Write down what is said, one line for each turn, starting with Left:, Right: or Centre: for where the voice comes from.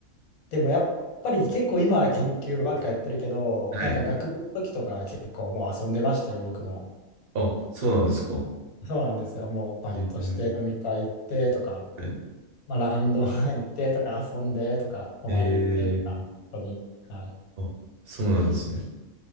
Left: でもやっぱり結構今は研究ばっかやってるけど、
Right: はい。
Left: なんか学部の時とか結構もう遊んでましたよ、僕も。
Right: あ、そうなんですか。
Left: そうなんですよ。もうバイトして飲み会行ってとか、
Right: えー、はい
Left: まあ、ラウンドワン行ってとか、遊んでとか、泊まり行ってとか、
Right: えー、
Left: 本当に。はい。
Right: あ、そうなんですね。